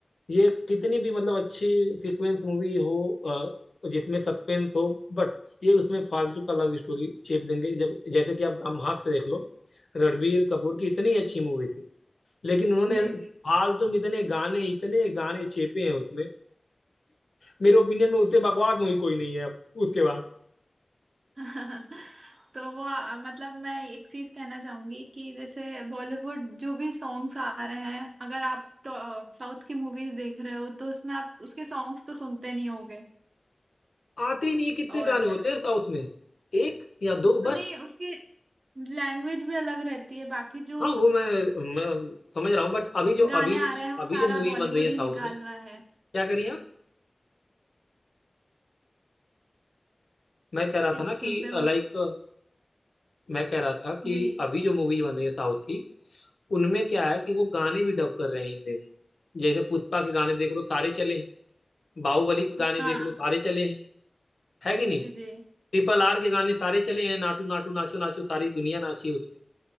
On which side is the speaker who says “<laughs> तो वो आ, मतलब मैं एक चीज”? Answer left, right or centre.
Right